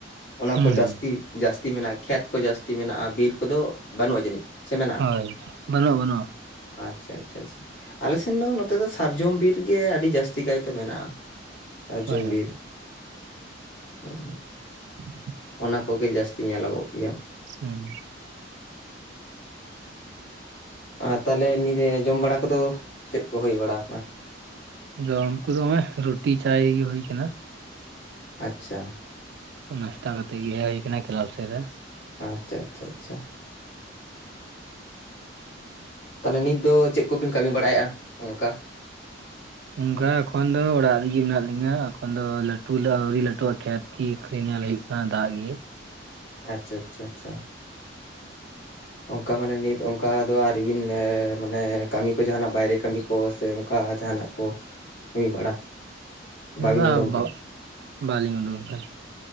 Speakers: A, on the left (about 70°); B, on the right (about 65°).
A: ᱚᱱᱟ
B: ᱦᱩᱸ
A: ᱠᱚ ᱡᱟᱹᱥᱛᱤ ᱡᱟᱹᱥᱛᱤ ᱢᱮᱱᱟᱜᱼᱟ, ᱠᱷᱮᱛ ᱠᱚ ᱡᱟᱹᱥᱛᱤ ᱢᱮᱱᱟᱜᱼᱟ, ᱵᱤᱨ ᱠᱚᱫᱚ ᱵᱟᱹᱱᱩᱜᱼᱟ ᱡᱟᱹᱱᱤᱡ? ᱥᱮ ᱢᱮᱱᱟᱜᱼᱟ
B: ᱦᱚᱭ ᱵᱟᱹᱱᱩᱜᱼᱟ ᱵᱟᱹᱱᱩᱜᱼᱟ ᱾
A: ᱟᱪᱪᱷᱟ ᱟᱪᱪᱷᱟ ᱟᱪᱪᱷᱟ ᱟᱞᱮ ᱥᱮᱱ ᱫᱚ ᱱᱚᱛᱮ ᱫᱚ ᱥᱟᱨᱡᱚᱢ ᱵᱤᱨ ᱜᱮ ᱟᱹᱰᱤ ᱡᱟᱹᱥᱛᱤ ᱠᱟᱭᱛᱮ ᱢᱮᱱᱟᱜᱼᱟ ᱾ ᱥᱟᱨᱡᱚᱢ
B: ᱦᱳᱭ ᱦᱳᱭ
A: ᱵᱤᱨ <unintelligible>
B: <inaudible>
A: ᱟᱠᱚᱜᱮ ᱡᱟᱹᱥᱛᱤ ᱧᱮᱞᱚᱜᱚᱜ ᱜᱮᱭᱟ ᱾
B: ᱦᱩᱸ᱾
A: ᱟᱨ ᱛᱟᱦᱚᱞᱮ ᱱᱤᱭᱟᱹᱮ ᱡᱚᱢ ᱵᱟᱲᱟ ᱠᱚᱫᱚ ᱪᱮᱫ ᱠᱚ ᱦᱩᱭ ᱵᱟᱲᱟ ᱠᱟᱱᱟ?
B: ᱡᱚᱢ ᱠᱚᱫᱚ ᱚᱱᱮ ᱨᱩᱴᱤ ᱪᱟᱭᱜᱮ ᱦᱩᱭ ᱠᱟᱱᱟ᱾
A: ᱟᱪᱪᱷᱟ᱾
B: ᱱᱟᱥᱛᱟ ᱠᱟᱛᱮᱜ ᱜᱮ ᱦᱮᱡ ᱦᱩᱭ ᱠᱟᱱᱟ ᱠᱮᱞᱟᱵ ᱥᱮᱫ ᱨᱮ ᱾
A: ᱟᱪᱪᱷᱟ ᱟᱪᱪᱷᱟ ᱟᱪᱪᱷᱟ ᱛᱟᱞᱦᱮ ᱱᱤᱛ ᱫᱚ ᱪᱮᱫ ᱠᱚᱵᱤᱱ ᱠᱟᱹᱢᱤ ᱵᱟᱲᱟᱭᱮᱫᱼᱟ ᱚᱱᱠᱟ᱾
B: ᱚᱱᱠᱟ ᱮᱠᱷᱚᱱ ᱫᱚ ᱚᱲᱟᱜ ᱨᱤᱜᱤ ᱢᱮᱱᱟᱜ ᱞᱤᱧᱟᱹ ᱮᱠᱷᱚᱱ ᱫᱚ ᱞᱟᱹᱴᱩ ᱞᱟᱹ ᱟᱹᱣᱨᱤ ᱞᱟᱹᱴᱩᱜ ᱼ ᱟ ᱠᱷᱮᱛ᱾ ᱠᱤ ᱟᱹᱠᱷᱨᱤᱧᱟ ᱧᱮᱞ ᱦᱩᱭᱩᱜ ᱠᱟᱱᱟ ᱫᱟᱜ ᱜᱮ ᱾
A: ᱟᱪᱪᱷᱟ ᱟᱪᱪᱷᱟ ᱟᱪᱪᱷᱟ᱾ ᱚᱱᱠᱟ ᱢᱟᱱᱮ ᱱᱤᱛ ᱚᱱᱠᱟ ᱫᱚ ᱟᱣᱨᱤ ᱵᱤᱱ ᱢᱟᱱᱮ ᱠᱟᱹᱢᱤ ᱠᱚ ᱡᱟᱦᱟᱱᱟᱜ ᱵᱟᱭᱨᱮ ᱠᱟᱹᱢᱤ ᱠᱚ ᱥᱮ ᱚᱱᱠᱟ ᱡᱟᱦᱟᱱᱟᱜ ᱾ ᱠᱚ ᱠᱟᱹᱢᱤ ᱵᱟᱲᱟ᱾ ᱵᱟᱵᱤᱱ
B: ᱵᱟ
A: ᱩᱰᱩᱝ ᱟᱠᱟᱱᱟ
B: ᱵᱟ ᱵᱟᱹᱞᱤᱧ ᱩᱰᱩᱠ ᱠᱟᱱᱟ